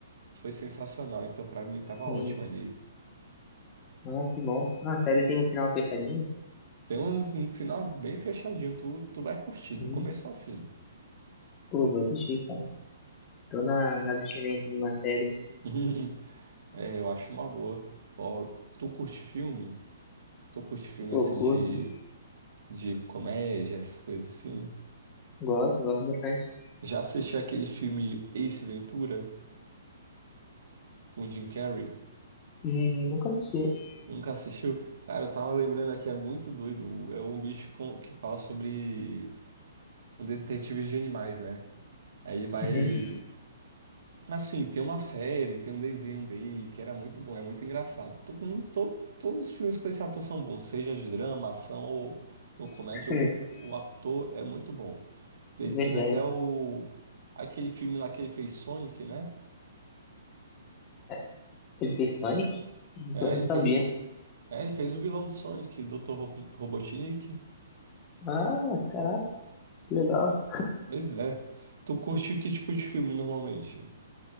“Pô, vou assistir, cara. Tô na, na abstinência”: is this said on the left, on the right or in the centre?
Left